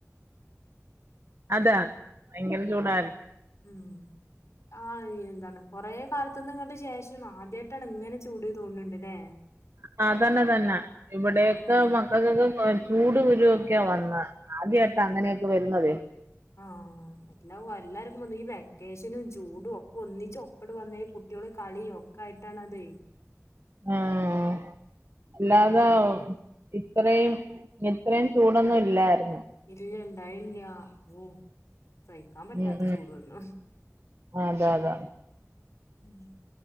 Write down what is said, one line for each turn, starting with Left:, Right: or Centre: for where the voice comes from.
Right: അതാ ഭയങ്കര ചൂടാരുന്ന്
Left: ഉം ആഹ് എന്താണ് കൊറേ കാലത്തുന്ന് ഇങ്ങട്ട് ശേഷം ആദ്യട്ടാണ് ഇങ്ങനെ ചൂട് തോന്നുന്നുണ്ട്ല്ലേ
Right: ആ തന്നെ തന്നെ ഇവിടേക്ക്
Left: ആഹ്
Right: മക്കക്കൊക്കെ ആ ചൂട് കുരുവൊക്കെയാ വന്നെ ആദ്യട്ടാ അങ്ങനെയൊക്കെ വരുന്നതേ
Left: ആഹ് ആഹ് എല്ലാവല്ലാർക്കും വന്ന് ഈ വെക്കേഷനും ചൂടും ഒക്കെ ഒന്നി ചൊപ്പ്ട് വന്നേ കുട്ടൊള് കളിയോ ഒക്കെ ആയിട്ടാണതെ
Right: ആഹ് അല്ലാതെ ഇത്രയും ഇത്രയും ചൂടൊന്നും ഇല്ലാരുന്നു
Left: ഇല്ലണ്ടായില്ല ഓ സഹിക്കാ പറ്റാത്ത
Right: ഉം ഉം
Left: ചൂട് വന്നു
Right: അതെ അതെ
Left: ഉം